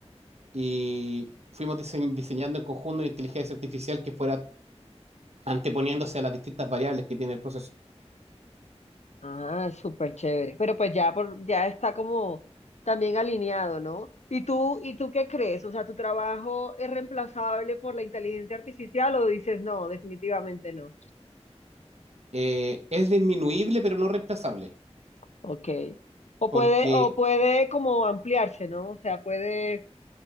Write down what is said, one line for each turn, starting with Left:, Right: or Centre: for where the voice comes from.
Right: Y fuimos dise- diseñando en conjunto una inteligencia artificial que fuera anteponiéndose a las distintas variables que tiene el proceso.
Left: Ah, súper chévere. Pero pues ya, por, ya está como también alineado, ¿no? ¿Y tú, y tú qué crees? O sea, ¿tu trabajo es reemplazable por la inteligencia artificial o dices no, definitivamente no?
Right: Eh, es disminuible, pero no reemplazable,
Left: Ok. O
Right: porque
Left: puede, o puede como ampliarse, ¿no? O sea, puede,